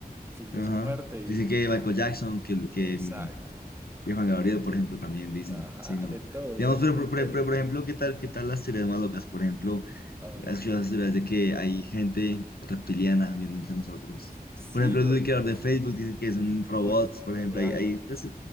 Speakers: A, on the right (about 15°); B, on the left (about 75°).
A: finge
B: Ajá.
A: su muerte y,
B: Dicen
A: y
B: que
A: ya.
B: Michael Jackson, que, que,
A: Exacto.
B: mm, Y Juan Gabriel, por ejemplo, también dicen,
A: Ajá,
B: sí, no.
A: de todos,
B: Digamos,
A: de todos
B: pero, pero-
A: hay teorías
B: pero- pero, por ejemplo, ¿qué tal, qué tal las teorías más locas? Por ejemplo,
A: A ver.
B: has escuchado las teorías de que hay gente reptiliana viendo entre nosotros.
A: Sí,
B: Por ejemplo,
A: yo...
B: el creador
A: uf,
B: de Facebook dice que es un robot,
A: uy, sí,
B: por ejemplo,
A: claro,
B: hay, hay pues,